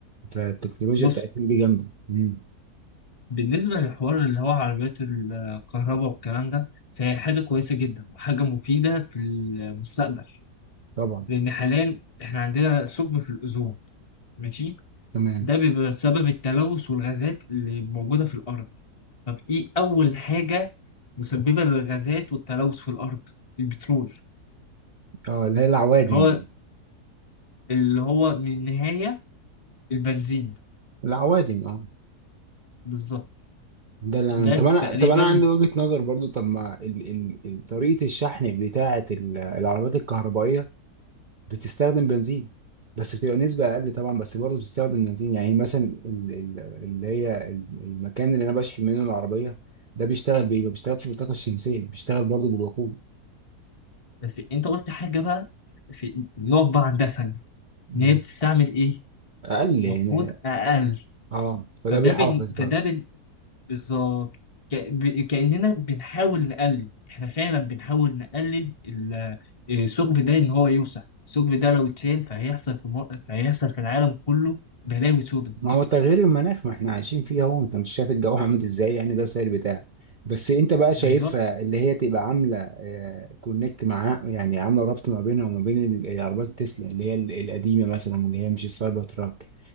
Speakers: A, on the right; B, on the left.
A: فالتكنولوجيا
B: بص
A: بتاعتهم دي جامده مم.
B: بالنسبة للحوار اللي هو عربيات الكهرباء والكلام ده فهي حاجة كويسة جدا وحاجة مفيدة في المستقبل
A: طبعا
B: لأن حاليا احنا عندنا ثقب في الأوزون ماشي
A: تمام
B: ده بيبقى بسبب التلوث والغازات اللي موجودة في الأرض طب إيه أول حاجة مسببة للغازات والتلوث في الأرض؟ البترول
A: اه اللي هي العوادم
B: اللي هو
A: يعني
B: اللي هو من النهاية البنزين
A: العوادم اه
B: بالظبط
A: ده اللي
B: ده
A: أنا- طب انا
B: تقريبا
A: طب انا عندي وجهة نظر برضو طب ما ال... ال... ال- طريقة الشحن بتاعة ال- العربيات الكهربائية بتستخدم بنزين بس بتبقى نسبة اقل طبعا بس برضو بتستخدم بنزين يعني مثلا ال... ال... اللي هي ال- المكان اللي انا بشحن منه العربية ده بيشتغل بايه؟ ما بيشتغلش بالطاقة الشمسية بيشتغل برضو بالوقود
B: بس أنت قلت حاجة بقى في نقف بقى عندها ثانية
A: مم.
B: إن هي بتستعمل إيه؟
A: اقل
B: وقود
A: يعني
B: أقل
A: اه فده
B: فده
A: بيحافظ
B: بن...
A: برضو
B: فده بن... بالظبط ك... ب... كأننا بنحاول نقلل إحنا فعلا بنحاول نقلل ال- آه، الثقب ده إن هو يوسع الثقب ده لو اتشال فهيحصل في مر... فهيحصل في العالم كله بلاوي سودة
A: ما هو تغيير المناخ ما احنا عايشين فيه اهو انت مش شايف الجو عامل ازاي يعني ده السائل بتاعك بس انت بقى شايفها
B: بالظبط
A: اللي هي تبقى عامله كونكت معاها يعني عامله ربط ما بينها وما بين ال- العربيات التسلا اللي هي ال- القديمه مثلا اللي هي مش السايبر تراك